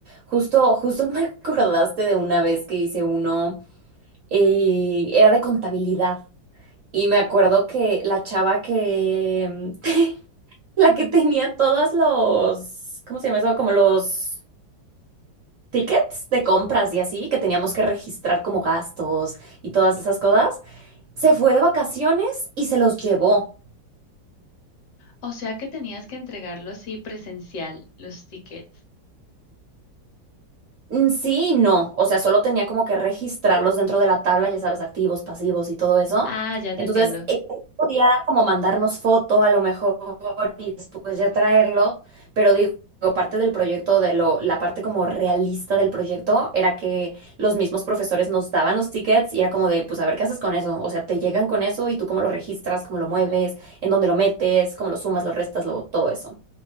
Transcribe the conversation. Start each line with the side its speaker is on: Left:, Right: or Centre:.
Right: Justo, justo me <laughs> acordaste de una vez que hice uno, eh, era de contabilidad. Y me acuerdo que la chava que, <laughs> la que tenía todos los, ¿cómo se llama eso? Como los tickets de compras y así, que teníamos que registrar como gastos y todas esas cosas, se fue de vacaciones y se los llevó.
Left: O sea que tenías que entregarlo así presencial, los tickets.
Right: Mm, Sí y no, o sea, solo tenía como que registrarlos dentro de la tabla, ya sabes, activos, pasivos y todo eso.
Left: Ah, ya te
Right: Entonces,
Left: entiendo.
Right: él podía como mandarnos foto a lo mejor y después ya traerlo, pero digo, parte del proyecto, de lo, la parte como realista del proyecto era que los mismos profesores nos daban los tickets y era como de, pues a ver qué haces con eso, o sea, te llegan con eso y tú cómo lo registras, cómo lo mueves, en dónde lo metes, cómo lo sumas, lo restas, lo, todo eso.